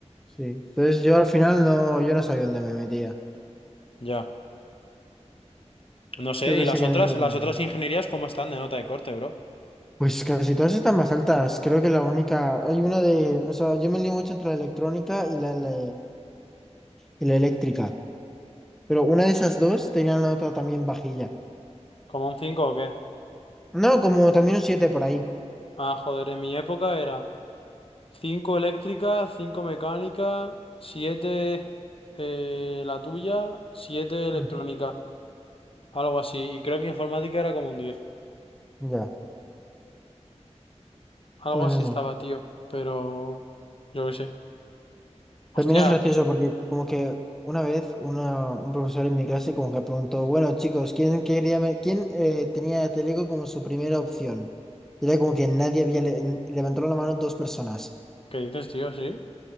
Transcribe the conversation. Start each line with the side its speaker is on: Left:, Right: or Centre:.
Centre: Sí. Entonces yo al final no, yo no sabía dónde me metía.
Left: Ya. No sé,
Centre: Yo pensé
Left: ¿y las
Centre: que
Left: otras,
Centre: me metía en
Left: las
Centre: la normal.
Left: otras ingenierías cómo están de nota de corte, bro?
Centre: Pues casi todas están más altas. Creo que la única, hay una de, o sea, yo me lío mucho entre la electrónica y la, la, y la eléctrica. Pero una de esas dos tenía la nota también vajilla.
Left: ¿Como un cinco o qué?
Centre: No, como también un 7 por ahí.
Left: Ah, joder, en mi época era 5 eléctrica, 5 mecánica, 7 eh, la tuya, 7 electrónica.
Centre: Ujú.
Left: Algo así. Y creo que informática era como un diez
Centre: Ya,
Left: Algo
Centre: pues
Left: así
Centre: eso.
Left: estaba, tío. Pero yo qué sé.
Centre: También
Left: Hostia,
Centre: es gracioso porque como que una vez una, un profesor en mi clase como que preguntó, bueno chicos, ¿quién, quería, me- quién eh, tenía Teleco como su primera opción? Y Era como que nadie había le- levantado la mano dos personas.
Left: ¿qué dices, tío? ¿Sí?